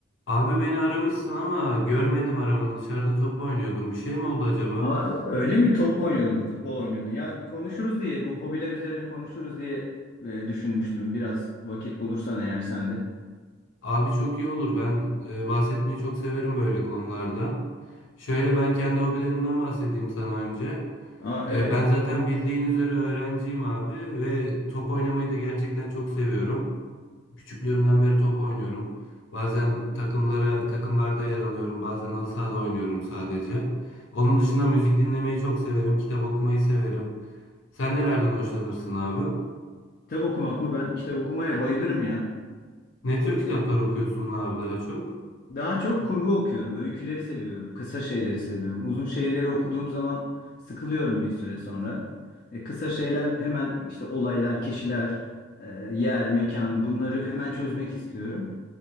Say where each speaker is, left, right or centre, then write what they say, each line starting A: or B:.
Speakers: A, on the left; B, on the left.
A: Abi beni aramışsın ama görmedim aramanı. Dışarıda top oynuyordum. Bir şey mi oldu acaba?
B: Aa, öyle mi? Top mu oynuyordun? Futbol oynuyordun. Ya konuşuruz diye, bu hobiler üzerine konuşuruz diye e, düşünmüştüm. Biraz vakit bulursan eğer sen de.
A: Abi çok iyi olur. Ben e, bahsetmeyi çok severim böyle konulardan. Şöyle ben kendi hobilerimden bahsedeyim sana önce.
B: Aa, evet.
A: E, ben zaten bildiğin üzere öğrenciyim abi ve top oynamayı da gerçekten çok seviyorum. Küçüklüğümden beri top oynuyorum. Bazen takımlara, takımlarda yer alıyorum. Bazen halı sahada oynuyorum sadece. Onun dışında müzik dinlemeyi çok severim. Kitap okumayı severim. Sen nelerden hoşlanırsın abi?
B: Kitap okumak mı? Ben kitap okumaya bayılırım ya.
A: Ne
B: Çok
A: tür kitaplar
B: seviyorum.
A: okuyorsun abi daha çok?
B: Daha çok kurgu okuyorum. Öyküleri seviyorum. Kısa şeyleri seviyorum. Uzun şeyleri okuduğum zaman sıkılıyorum bir süre sonra. E, kısa şeyler hemen işte olaylar, kişiler, e, yer, mekan bunları hemen çözmek istiyorum.